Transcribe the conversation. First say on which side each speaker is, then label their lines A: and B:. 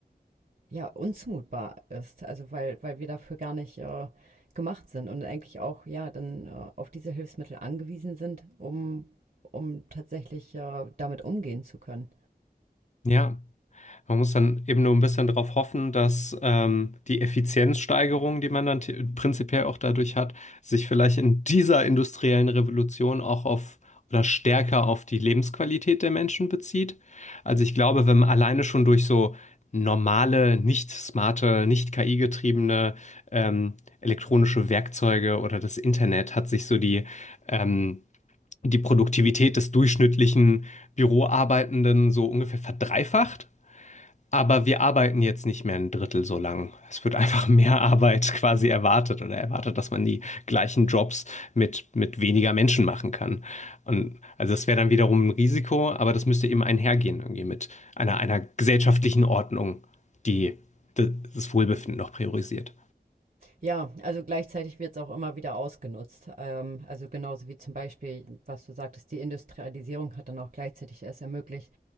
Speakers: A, on the right; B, on the left.
A: ja unzumutbar ist. Also weil, weil wir dafür gar nicht äh, gemacht sind und eigentlich auch ja dann äh, auf diese Hilfsmittel angewiesen sind, um, um tatsächlich äh, damit umgehen zu können.
B: ja. Man muss dann eben nur ein bisschen darauf hoffen, dass ähm, die Effizienzsteigerung, die man dann te- prinzipiell auch dadurch hat, sich vielleicht in dieser industriellen Revolution auch auf oder stärker auf die Lebensqualität der Menschen bezieht. Also ich glaube, wenn man alleine schon durch so normale, nicht smarte, nicht KI-getriebene ähm, elektronische Werkzeuge oder das Internet hat sich so die ähm, die Produktivität des durchschnittlichen Büroarbeitenden so ungefähr verdreifacht. Aber wir arbeiten jetzt nicht mehr ein Drittel so lang. Es wird einfach mehr Arbeit quasi erwartet oder erwartet, dass man die gleichen Jobs mit, mit weniger Menschen machen kann. Und also das wäre dann wiederum ein Risiko, aber das müsste eben einhergehen irgendwie mit einer, einer gesellschaftlichen Ordnung, die das das Wohlbefinden noch priorisiert.
A: Ja, also gleichzeitig wird es auch immer wieder ausgenutzt. Ähm, also genauso wie zum Beispiel, was du sagtest, die Industrialisierung hat dann auch gleichzeitig erst ermöglicht,